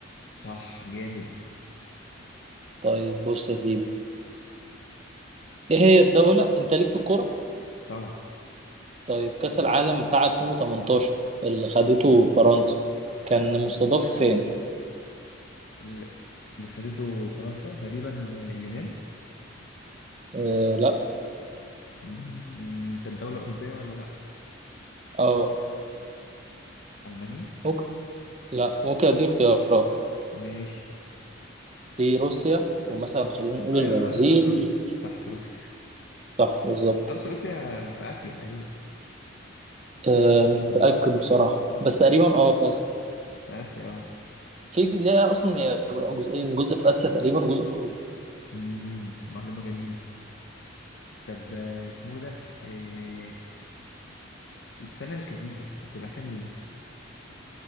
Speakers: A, on the left; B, on the right.
A: صح جامد
B: طيب بص يا سيدي ايه هي الدولة انت ليك في الكورة
A: طبعا
B: طيب كأس العالم بتاع 2018 اللي خدته فرنسا كان
A: اه
B: مستضاف فين
A: ال- اللي خدته فرنسا تقريبا اليونان
B: آه لا
A: مم، طب دولة أوروبية ولا لأ؟
B: اه
A: ألمانيا
B: ممكن لا ممكن اديك اختيارات
A: ماشي
B: في روسيا ومثلا خلينا نقول
A: ايوه
B: البرازيل
A: ايوه صح روسيا صح روسيا
B: صح بالظبط
A: خمس روسيا في اسيا تقريبا
B: آه مش متأكد بصراحة بس تقريبا اه في اسيا
A: في اسيا اه
B: في ج- ليها اصلا هي جزئين جزء في اسيا تقريبا وجزء في اوروبا
A: امم معلومه جميله طب آه، اسمه ده إيه السنه الكبيسه بتبقى كام يوم